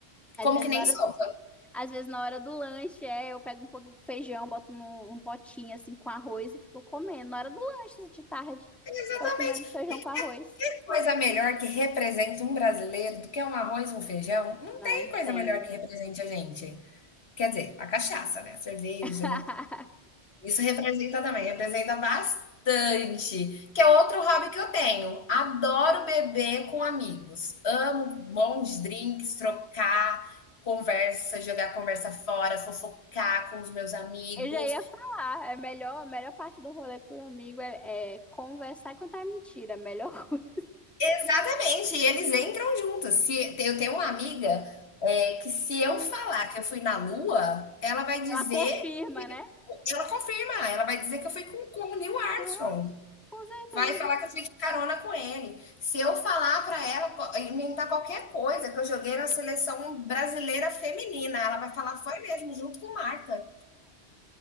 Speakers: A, in the centre; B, on the left (about 70°).
A: Às
B: Como
A: vezes
B: que nem
A: na hora,
B: sopa.
A: às vezes na hora do lanche, é, eu pego um pouco de feijão, boto num, num potinho assim com arroz e fico comendo. Na hora do lanche assim, de tarde,
B: Exatamente.
A: eu comendo feijão
B: E
A: com arroz.
B: que coisa melhor que representa um brasileiro do que um arroz e um feijão? Não
A: Não
B: tem coisa
A: tem.
B: melhor que represente a gente. Quer dizer, a cachaça, né? A cerveja,
A: <laughs>
B: Isso representa também, representa bastante. Que é outro hobby que eu tenho. Adoro beber com amigos. Amo bons drinks, trocar conversa, jogar conversa fora, fofocar com os meus amigos.
A: Eu já ia falar, é melhor, a melhor parte do rolê com o amigo é, é conversar e contar mentira, a melhor <laughs> coisa.
B: Exatamente, e eles entram juntos. Se eu tenho uma amiga é, que se eu
A: Hum.
B: falar que eu fui na Lua, ela vai dizer
A: Ela confirma,
B: que
A: né?
B: ela confirma, ela vai dizer que eu fui com, com o Neil Armstrong.
A: Ah, com certeza.
B: Vai falar que eu fui de carona com ele. Se eu falar para ela, inventar qualquer coisa que eu joguei na seleção brasileira feminina, ela vai falar, foi mesmo, junto com Marta.